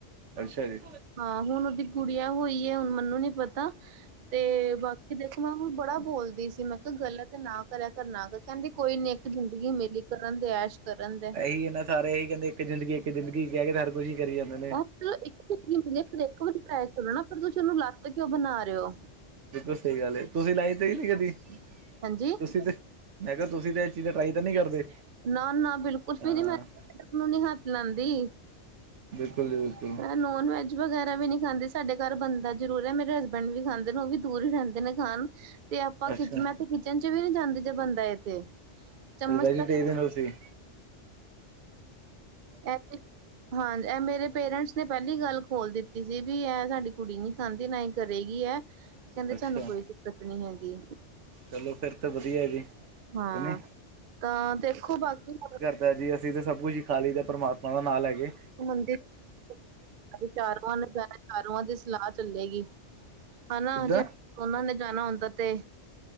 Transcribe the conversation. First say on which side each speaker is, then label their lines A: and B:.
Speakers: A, on the right; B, on the right.
A: ਅੱਛਾ ਜੀ।
B: ਹਾਂ ਹੁਣ ਉਹਦੀ ਗੁੜੀਆ ਹੋਈ ਏ, ਹੁਣ ਮੈਨੂੰ ਨੀ ਪਤਾ ਤੇ ਬਾਕੀ ਦੇਖੋ ਮੈਂ ਓਨੂੰ ਬੜਾ ਬੋਲਦੀ ਸੀ ਮੈਂ ਕਿਹਾ ਗਲਤ ਹੈ ਨਾ ਕਰਿਆ ਕਰ ਨਾ ਕਹਿੰਦੀ ਕੋਈ ਨੀ ਇੱਕ ਜ਼ਿੰਦਗੀ ਮਿਲੀ ਕਰਣਗੇ ਐਸ਼। ਕਰਨ ਦੇ
A: ਇਹੀ ਹੈ ਨਾ ਸਾਰੇ ਇਹੀ ਕਹਿੰਦੇ ਇੱਕ ਜ਼ਿੰਦਗੀ ਇੱਕ ਜ਼ਿੰਦਗੀ ਕਹਿ ਕੇ ਹਰ ਕੁਝ ਹੀ ਕਰੀ ਜਾਂਦਾ।
B: <unintelligible> ਇੱਕ <unintelligible> ਟਰਾਈ ਕਰੋ ਨਾ ਫਿਰ ਤੁਸੀਂ ਨੂੰ ਲੱਤ ਕਿ ਬਣਾ ਰਹੇ ਹੋ।
A: ਦੇਖੋ ਸਹੀ ਗੱਲ ਏ ਤੁਸੀਂ ਲਾਈ ਤੇ ਨਹੀਂ ਲਈ ਕਦੀ,
B: ਹਾਂਜੀ
A: ਤੁਸੀਂ ਤੇ ਮੈਂ ਕਿਹਾ ਤੁਸੀਂ ਤੇ ਇਹ ਚੀਜ਼ਾਂ ਟਰਾਈ ਤੇ ਨਹੀਂ ਕਰਦੇ।
B: ਨਾ-ਨਾ ਬਿਲਕੁਲ
A: ਹਾਂ
B: ਵੀ ਨਹੀਂ ਮੈਂ <inaudible> ਨੀ ਹੱਥ ਲੈਂਦੀ।
A: ਬਿਲਕੁਲ ਜੀ ਬਿਲਕੁਲ।
B: ਨੋਨਵੈਜ। ਵਗੈਰਾ ਵੀ ਨਹੀਂ ਖਾਂਦੇ ਸਾਡੇ ਘਰ ਬਣਦਾ ਜ਼ਰੂਰ ਹੈ, ਮੇਰੇ ਹਸਬੈਂਡ ਵੀ ਖਾਂਦੇ ਨੇ ਉਹ ਵੀ ਦੂਰ ਹੀ ਰਹਿੰਦੇ ਨੇ ਖਾਣ ਤੇ ਆਪਾਂ ਕਿਚ
A: ਅੱਛਾ
B: ਮੈਂ ਤੇ ਕਿਚਨ ਚ ਵੀ ਨਹੀਂ ਜਾਂਦੀ ਜੇ ਬਣਦਾ ਏ ਤੇ। ਚਮਚ
A: ਵੈਜੀਟੇਰੀਅਨ
B: ਤੱਕ
A: ਓ ਤੁੱਸੀ।
B: ਏਥੇ ਹਾਂ ਇਹ ਮੇਰੇ ਪੇਰੈਂਟਸ ਨੇ ਪਹਿਲੀ ਗੱਲ ਖੋਲ ਦਿੱਤੀ ਸੀ ਬਈ ਇਹ ਸਾਡੀ ਕੁੜੀ ਨਹੀਂ ਹਾਂਜੀ ਨਹੀਂ ਕਰੇਗੀ ਏ। ਕਹਿੰਦੇ
A: ਅੱਛਾ
B: ਸਾਨੂੰ ਕੋਈ ਦਿੱਕਤ ਨਹੀਂ ਹੈਗੀ,
A: ਚਲੋ ਫਿਰ ਤਾਂ ਵਧੀਆ ਜੀ
B: ਹਾਂ।
A: ਕਿ ਨਹੀਂ
B: ਤਾਂ ਦੇਖੋ ਬਾਕੀ ਹੁਨ
A: ਤਾਂ ਜੀ ਅਸੀਂ ਤਾਂ ਸਭ ਕੁੱਛ ਹੀ ਖਾ ਲਈ ਦਾ ਪ੍ਰਮਾਤਮਾ ਦਾ ਨਾ ਲੈਕੇ
B: ਹਾਂਜੀ ਅਸੀ ਚਾਰ ਪੰਜ ਜਣੇ ਚਾਰੂਆਂ ਦੀ ਸਲਾਹ ਚੱਲੇਗੀ। ਹਨਾ
A: ਕਿੱਦਾਂ
B: ਜੇ ਉਹਨਾਂ ਨੇ ਜਾਣਾ ਹੁੰਦਾ ਤੇ